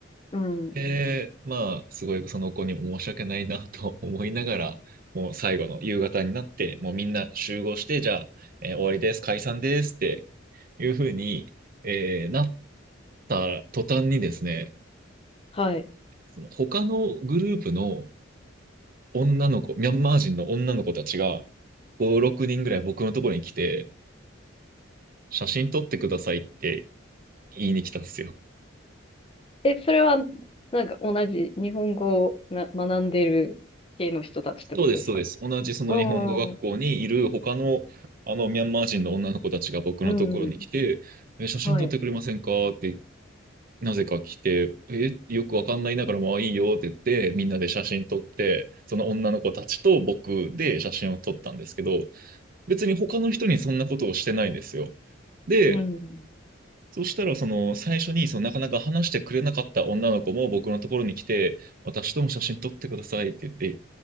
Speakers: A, on the left (about 30°); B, on the right (about 45°).
A: うん。
B: で、まあ、すごいその子にも申し訳ないなと思いながら、もう最後の夕方になって、もうみんな集合して、じゃあ、えー終わりです、解散ですっていうふうに、えーなった途端にですね、
A: はい。
B: その他のグループの、女の子、ミャンマー人の女の子たちが、5、6人ぐらい僕のところに来て、写真撮ってくださいって言いに来たんですよ。
A: え、それは、なんか同じ日本語をな学んでる系の人たちってことですか
B: そうです、そうです。同じその日本語学校にいる他の、
A: うん。
B: あの、ミャンマー人の女の子たちが僕のところに来て、
A: うん。
B: え、写真撮ってくれませんかって、
A: はい。
B: なぜか来て、え、よくわかんないながらも、まあいいよって言って、みんなで写真撮って、その女の子たちと僕で写真を撮ったんですけど、別に他の人にそんなことをしてないんですよ。で、
A: うん。
B: そしたら、その、最初に、その、なかなか話してくれなかった女の子も僕のところに来て、私とも写真撮ってくださいって言って